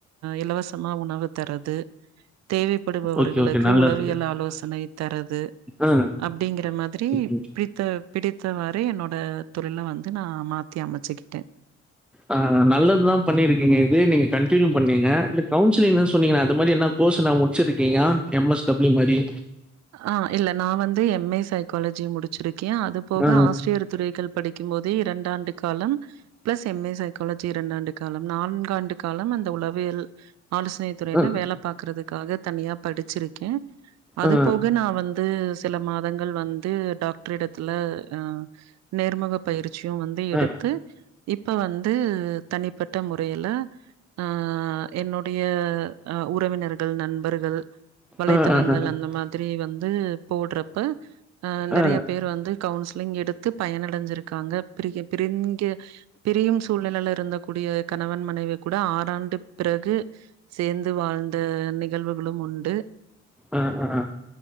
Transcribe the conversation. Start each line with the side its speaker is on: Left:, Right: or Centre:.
Right: இலவசமா உணவு தரது தேவைப்படுபவர்
Centre: ஓகே ஓகே
Right: க்கு
Centre: நல்லது
Right: உளவியல் ஆலோசனை தரது
Centre: அ
Right: அப்டிங்கிற மாதிரி
Centre: அ
Right: பித்த பிடித்தவாறே என்னோட தொழில வந்து நா மாத்தி அமைச்சுக்கிட்டே
Centre: ஆ நல்லதுதா பண்ணிருக்கீங்க இதே நீங்க கண்டினியூ பண்ணீங்க இல்ல கவுன்சிலிங்ன்னு சொன்னீங்கலே அது மாரி என்ன கோர்ஸ் என்ன முடிச்சிருக்கீங்க எம் எஸ் டபிள்யு மாதரி
Right: ஆ இல்ல நா வந்து எம் ஏ சைக்காலஜி முடிச்சிருக் க்கே அது போக
Centre: ஆ,
Right: ஆசிரியர் துறைகள் படிக்கும்போது இரண்டாண்டு காலம் பிளஸ் எம் ஏ சைக்காலஜி இரண்டாண்டு காலம் நான்காண்டு காலம் அந்த உளவியல் ஆலோசனை துறையில
Centre: ஆ,
Right: வேல பாக்கறதுக்காக தனியா படிச்சிருக்கே அது
Centre: ஆ, ஆ,
Right: போக நா வந்து சில மாதங்கள் வந்து டாக் ட்ர் எடத்துல ஆ நேர்முக பயிற் சியூ வந்து எடுத்து
Centre: ஆ,
Right: இப்ப வந் து தனிப்பட்ட முறையில ஆ என்னுடைய உறவினர்கள் நண்பர்கள் வலைத்தளங்கள்
Centre: ஆ, ஆ, ஆ, ஆ,
Right: அந் த மாத்ரி வந்து போடுறப்ப அ நெறைய
Centre: ஆ, ஆ,
Right: பேர் வந்து கவுன்ஸ் லிங் எடுத்து பயனடைஞ்சிருக்காங்க ப்ரிகெப் ப்ரிங்க பிரியும் சூழ்நெலைல இருந்த கூடிய கணவன் மனைவி கூட ஆறாண்டுப் பிறகு சேர்ந்து வாழ்ந்த நிகழ்வுகளும் உண் டு
Centre: ஆ அ ஆ